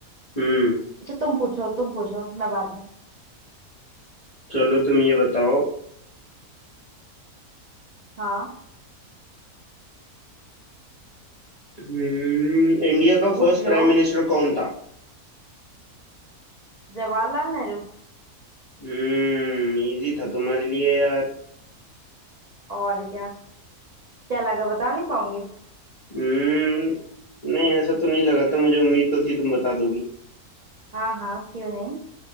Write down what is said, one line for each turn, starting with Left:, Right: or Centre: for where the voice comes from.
Left: हम्म
Right: अच्छा तुम पूछो तुम पूछो मैं बाद में
Left: चलो तुम ये बताओ
Right: हाँ
Left: हम्म इंडिया का
Right: पूछ
Left: फर्स्ट प्राइम
Right: लो
Left: मिनिस्टर कौन था
Right: जवाहरलाल नेहरू
Left: हम्म इजी था तुम्हारे लिए यार
Right: और क्या क्या लगा बता नहीं पाऊंगी
Left: हम्म नहीं ऐसा तो नहीं लगा था मुझे उम्मीद तो थी तुम बता दोगी
Right: हाँ हाँ क्यों नहीं